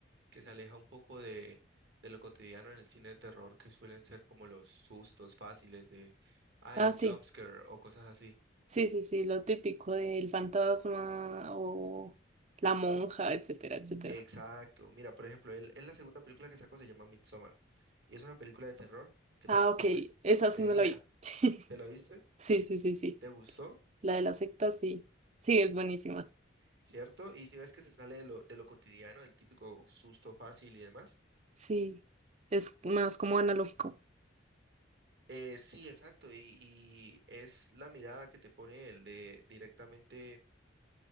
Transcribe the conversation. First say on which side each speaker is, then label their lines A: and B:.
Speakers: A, on the right (about 60°); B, on the right (about 35°).
A: que se aleja un poco de, de lo cotidiano en el cine de terror, que suelen ser como los sustos fáciles de, hay
B: Ah,
A: un
B: sí.
A: jumpscare o cosas así
B: Sí, sí, sí, lo típico del fantasma o la monja, etcétera, etcétera.
A: Exacto. Mira, por ejemplo, él, él la segunda película que sacó se llama Midsommar y es una película de terror que
B: Ah,
A: transcurre
B: ok, esa
A: de
B: sí me
A: día.
B: la vi. <laughs>
A: ¿Te la viste?
B: Sí, sí, sí, sí.
A: ¿Te gustó?
B: La de la secta, sí. Sí, es buenísima.
A: ¿Cierto? Y si ves que se sale de lo, de lo cotidiano, del típico susto fácil y demás.
B: Sí, es más como analógico.
A: Eh, sí, exacto. Y, y es la mirada que te pone él de directamente